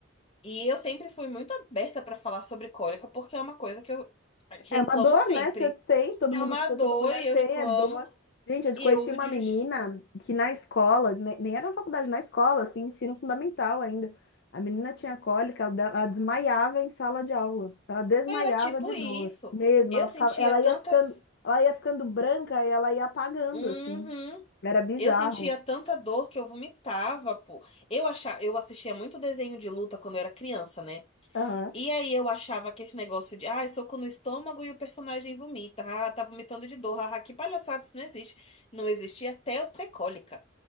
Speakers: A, on the left; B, on the left.
A: E eu sempre fui muito aberta para falar sobre cólica, porque é uma coisa que eu reclamo
B: É uma dor,
A: sempre.
B: né? Você sente, todo
A: É
B: mundo,
A: uma
B: toda
A: dor
B: mulher
A: e eu
B: tem,
A: reclamo,
B: é dor. Gente, eu
A: e
B: conheci
A: eu uso
B: uma
A: de
B: menina
A: justi...
B: que na escola, ne- nem era na faculdade, na escola, assim, ensino fundamental ainda. A menina tinha cólica, ela de- ela desmaiava em sala de aula. Ela desmaiava
A: Era tipo
B: de dor,
A: isso.
B: mesmo.
A: Eu
B: Ela ficava,
A: sentia
B: ela
A: tanta.
B: ia ficando, ela ia ficando branca e ela ia apagando,
A: Uhum.
B: assim. Era bizarro.
A: Eu sentia tanta dor que eu vomitava, pô. Eu achava, eu assistia muito desenho de luta quando eu era criança, né?
B: Aham.
A: E aí eu achava que esse negócio de, ah, soco no estômago e o personagem vomita, ah, tá vomitando de dor, ah, que palhaçada, isso não existe. Não existia até eu ter cólica.